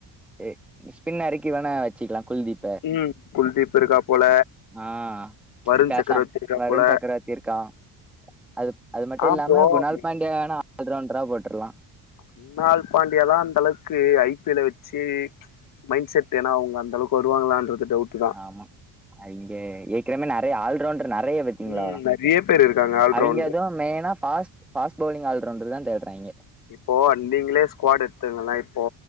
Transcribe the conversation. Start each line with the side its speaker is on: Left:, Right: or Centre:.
Centre: எ ஸ்பின்ன எறக்கி வேணா வச்சுக்கலா குல்தீப்
Left: ம் குல்தீப் இருக்கா போல
Centre: அ
Left: வருண்
Centre: பேசாம்
Left: சக்கரவர்த்தி இருக்கா
Centre: வருண்
Left: போல
Centre: சக்கரவர்த்தி இருக்கா அது அது மட்டு
Left: ஆ
Centre: இல்லாம
Left: ப்ரோ
Centre: குணால்
Left: நீ
Centre: பாண்டிய வேணா ஆல்ரவுண்ட்ரா போட்ருலா
Left: குனால் பாண்டியலா அந்தளவுக்கு ஐ பி எல வச்சு மைண்ட் செட் ஏனா அவுங்க அந்தளவுக்கு வருவாங்களான்றது டவுட்டு
Centre: ஆமா அ இங்க ஏக்கனமே நறைய ஆல்ரவுண்ட்ரு நெறைய பே கீங்களா
Left: ம் நெறைய பேர் இருக்காங்க ஆல்ரவுண்டர்
Centre: அவிங்க எதோ மெய்னா பாஸ் பாஸ் பவுலிங் ஆல்ரவுண்டர்தா தேட்றாய்ங்கே
Left: இப்போ நீங்களே ஸ்குவாடு எடுத்துக்கள இப்போ